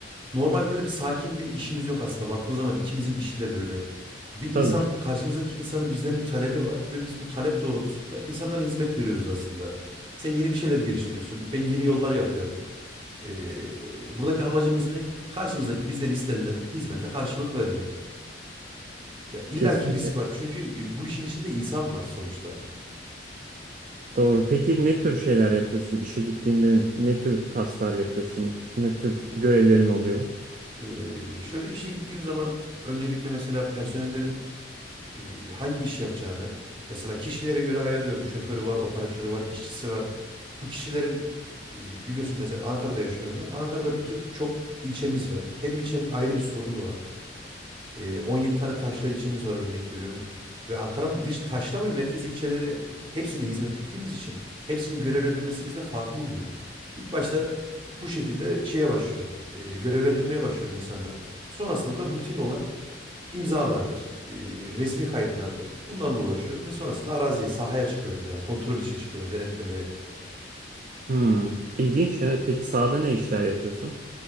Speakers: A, on the right; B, on the right.
A: normal böyle bir sakin bir işimiz yok aslında. Baktığın zaman ikimizin işi de böyle. Bir
B: Tabii.
A: insan karşımızdaki insanın bizden bir talebi var ve biz bu talep doğrultusunda insanlara hizmet veriyoruz aslında. Sen yeni bir şeyler geliştiriyorsun. Ben yeni yollar yapıyorum. E, buradaki amacımız ne? Karşımızdaki bizden istenilen hizmete karşılık vermek. Ya illaki
B: Kesinlikle.
A: risk var. Çünkü e, bu işin içinde insan var sonuçta.
B: Doğru. Peki ne tür şeyler yapıyorsun? İşe gittiğinde ne tür tasklar yapıyorsun? Ne tür görevlerin oluyor?
A: Ee, şöyle işe gittiğim zaman öncelikle mesela personellerin e, hangi iş yapacağını mesela kişilere göre ayarıyorum. Şoförü var, operatörü var, işçisi var. Bu kişilerin e, biliyorsun mesela Ankara'da yaşıyorum ben. Ankara'da bir tür- çok ilçemiz var. Her ilçenin ayrı bir sorunu var. Ee, 17 tane taşra ilçemiz var örnek veriyorum. Ve Ankara'nın dış taşra ve merkez ilçeleri hepsine hizmet ettiğimiz için hepsinin görevlendirmesi bizde farklı oluyor. İlk başta bu şekilde şeye başlıyorum. e, görevlendirmeye başlıyorum insanları. Sonrasında da rutin olan imzalardır, e, resmi kayıtlardır. Bunlarla uğraşıyorum ve sonrasında araziye, sahaya çıkıyorum yani kontrol için çıkıyorum, denetlemeye.
B: Hmm. İlginç. Evet. Peki sahada ne işler yapıyorsun?